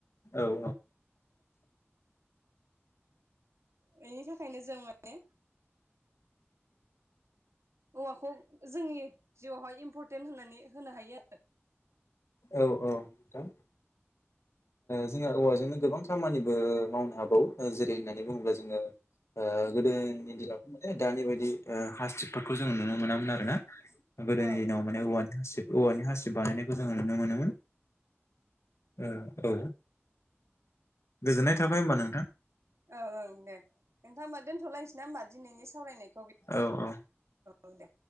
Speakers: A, on the left; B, on the right.
A: औ
B: बेनि थाखायनो जों माने औवाखौ जोंनि जिउआवहाय इम्परटेन्ट होननानै होनो हायो आरो
A: औ औ नोंथां जोंहा औवाजोंनो गोबां खामानिबो मावनो हाबावो जेरै, होननानै बुङोब्ला जोङो ओ गोदोनि दिनावथ' माने दानि बायदि हासिबफोरखौ जोङो नुनो मोनामोन आरोना। गोदोनि
B: औ
A: दिनाव माने औवानि हासिब औवानि हासिब बानायनायखौ जोङो नुनो मोनोमोन। ओ औ,
B: <unintelligible> <unintelligible> <unintelligible>
A: गोजोननाय थाबाय होमबा नोंथां
B: औ औ दे नोंथां दोनथ'लायनोसै ना होमबा दिनैनि सावरायनायखौ
A: औ औ
B: औ दे।